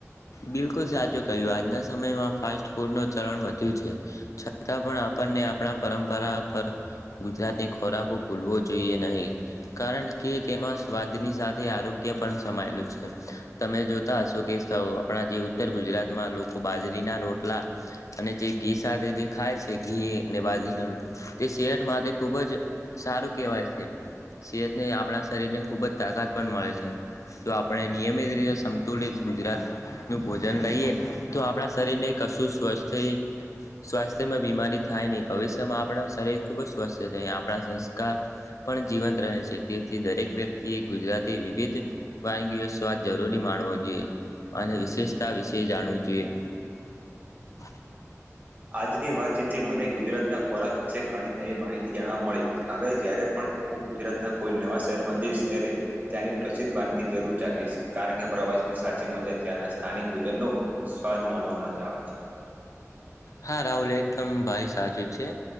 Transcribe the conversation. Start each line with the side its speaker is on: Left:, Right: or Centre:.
Left: બિલકુલ સાચું કહ્યુ આજના સમયમાં ફાસ્ટ ફૂડનું ચલણ વધ્યું છે, છતાં પણ આપણને આપણા પરંપરા પર ગુજરાતે ખોરાકો ભૂલવો જોઈએ નહીં, કારણ કે તેમાં સ્વાદની સાથે આરોગ્ય પણ સમાયેલું છે, તમે જોતા હશો કે સવ્ આપડા જે ઉત્તર ગુજરાત મા લોકો બાજરીના, રોટલા અને જે ઘી સાથે જે ખાય છે, ઘી એ અને બાજરીના તે શેઠ માટે ખૂબજ સારું, કેહેવાય છે. સેહતને આપણા શરીરને ખુબજ, તાકાત પણ મળે છે, જો આપણે નિયમિત રીતે સમ્ તોલે જ, ગુજ્ નુ ભોજન લઈએ, તો આપણા શરીર ને કશું સ્વસ્થે સ્વાસ્થ્યમાં બીમારી થાય નહી, ભવિષ્યમાં આપણા શરીર ખુબ જ સ્વસ્થ રેય્, આપણા સંસ્કાર પણ જીવંત, રહે છ્ તેથી દરેક વ્યક્તિએ ગુજરાતી વિવિધ, વાનગીઓ સ્વાદ જરૂરી માણવો જોઈએ. અને વિશેષતા વિશે જાણવું, જોઈએ.
Right: આજની વાતચીતથી મને ગુજરાતના ખોરાક વિશે ઘણી, નવી માહિતી જાણવા મળી, હવે જ્યારે પણ હુ ગુજરાત ના કોઈ નવા શહેરમાં જઈશ, ત્યારે ત્યાની પ્રસિદ્ધ વાનગી જરૂર ચખીશ, કારણ કે પ્ર વાની સાચી મજા ત્યાંના સ્થાનિક, ભોજનનો સ્વાદ માણવામા જ આવે છે.
Left: હા, રાહુલ એકદમ ભાઈ સાચો છે,